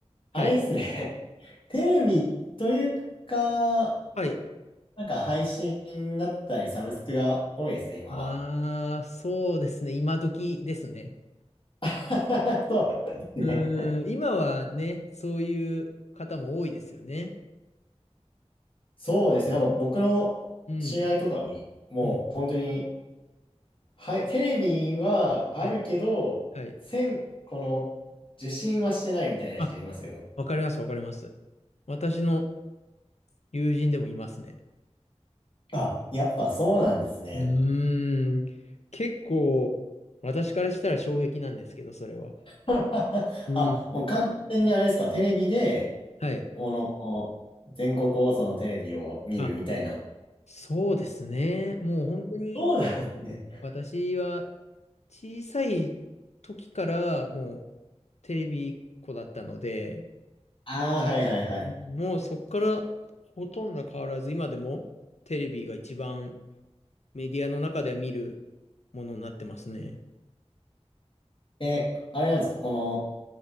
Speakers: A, on the left; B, on the left.
A: はい。
B: あれですね。<laughs> テレビというか、
A: はい。
B: なんか配信だったりサブスクが多いですね、今は。
A: ああ、そうですね。今時ですね。
B: <laughs> そうですね。
A: うーん、今はね、そういう方も多いですよね。
B: そうですね。なんか僕の知り合いとかに、
A: うん。
B: もう本当に、
A: うん。
B: はい、テレビはあるけど、
A: はい。はい。
B: せん、この、受信はしてないみたいな人いますよ。
A: あ、わかります、わかります。私の友人でもいますね。
B: あ、やっぱそうなんですね。
A: うーん。結構、私からしたら衝撃なんですけど、それは。
B: <laughs>
A: うん。
B: あ、もう完全にあれですか、テレビで、
A: はい。
B: この、全国放送のテレビを見るみたいな。
A: あ、そうですね。もう本当に、
B: そうなんですね。
A: 私は小さい時からもうテレビっ子だったので、
B: ああ、はいはいはい。
A: もうそっからほとんど変わらず、今でもテレビが一番メディアの中では見るものになってますね。
B: え、あれなんですか、この